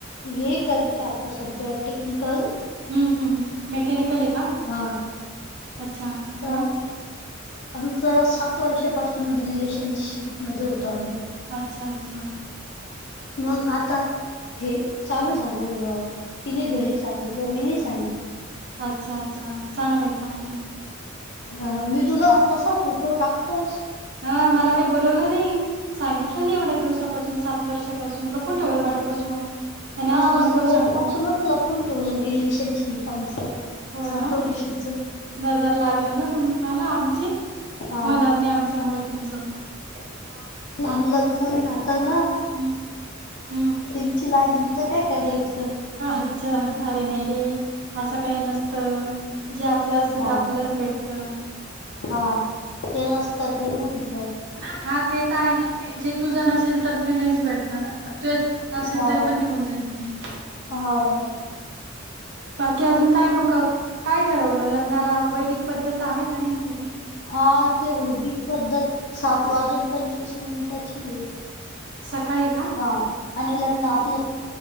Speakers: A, on the left (about 60°); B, on the right (about 55°).
A: हे करते आता सध्या टेक्निकल
B: हं, हं, हं. मेकॅनिकल आहे का?
A: हा
B: अच्छा
A: तर
B: मग
A: आमचं सात वर्षापासून रिलेशनशिप मध्ये होतो आम्ही
B: अच्छा अच्छा.
A: मग आता? हे चालू झालं वो तिने घरी सांगितलं, मीनी सांगितलं.
B: अच्छा-अच्छा चांगलंय-चांगलंय.
A: हा हा मी तुला तसं फोटो टाकतोच.
B: हा मला काही बोलावलं नाही सांगितलं नाही एवढ्या दिवसापासून सात वर्षा पासून लपून ठेवलं माझ्यापासून आणि
A: हा
B: आज फोन
A: सगळ्यांपासूनच
B: करून सांगतो.
A: लपून ठेवलं रिलेशनशिप पम स
B: हो
A: सात
B: ना
A: वर्षात
B: नजर लागेल ना तुम तुमला आमची होणार
A: हा
B: नाही आमच्यामुळे तुमचं च
A: लहान लहानपुरी राहता ना
B: हं, हं
A: त्यांची लागली तर काय करायचं
B: अच्छा अरे नाही रे असं काही नसतं जे आपलं असतं
A: हा
B: ते आपल्यालाच भेटतं
A: हा. ते नसतं ते नाही भेटत
B: हा ते तर आहे जे तू नसेल तर ते नाहीच भेटणार तु असेल
A: हा
B: तरी पण निघून जाईल ते
A: हा.
B: बाकी अजून काय मग काय ठरवलं लग्नाला वैदिक पद्धत आहे का नाही तुझी
A: हा ते वैदिक पद्धत सात वाजून पंचवीस मिनिटांची आहे
B: सकाळी का
A: हा आणि लग्न आपलं